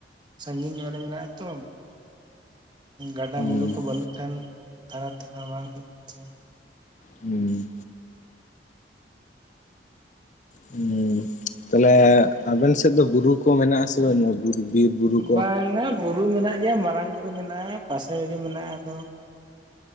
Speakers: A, on the right (about 25°); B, on the left (about 45°).
A: ᱥᱟᱺᱜᱤᱧ ᱧᱚᱜ ᱨᱮ ᱢᱮᱱᱟᱜ-ᱟ ᱛᱚ᱾ ᱜᱟᱰᱟ
B: ᱦᱩᱸ
A: ᱢᱩᱸᱰᱩ ᱠᱚ ᱵᱟᱹᱱᱩᱜ ᱠᱷᱟᱱ ᱛᱷᱟᱨᱟ ᱛᱮᱢᱟ ᱵᱟᱝ ᱦᱩᱭᱩᱜ ᱠᱟᱱ ᱾
B: ᱦᱩᱸ ᱦᱩᱸ ᱛᱟᱦᱞᱮ ᱟᱵᱮᱱ ᱥᱮᱫ ᱫᱚ ᱵᱩᱨᱩ ᱠᱚ ᱢᱮᱱᱟᱜ-ᱟ ᱥᱮ ᱵᱟᱹᱱᱩᱜ-ᱟ ᱵᱩᱨᱩ, ᱵᱤᱨ ᱵᱩᱨᱩ ᱠᱚ?
A: ᱵᱟᱝᱟ ᱵᱩᱨᱩ ᱢᱮᱱᱟᱜ ᱜᱮᱭᱟ ᱢᱟᱨᱟᱝ ᱵᱩᱨᱩ ᱢᱮᱱᱟᱜᱼᱟ ᱯᱟᱥᱮ ᱨᱮᱜᱮ ᱢᱮᱱᱟᱜᱼᱟ ᱟᱫᱚ᱾